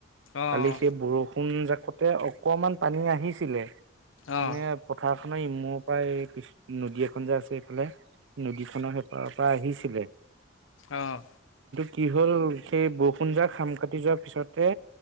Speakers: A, on the left; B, on the right.
A: অঁ
B: কালি সেই বৰষুণ জাক তে অকমান পানী আহিছিলে
A: অঁ
B: মানে পথাৰ এ ই মৰ পৰা নদী এখন যে আছে এইফালে নদীখনৰ হেপাৰৰ পৰা আহিছে ছিলে
A: আহ
B: কি হ'ল সেই বৰষুণজাক খাম কাটি যোৱাৰ পিছতে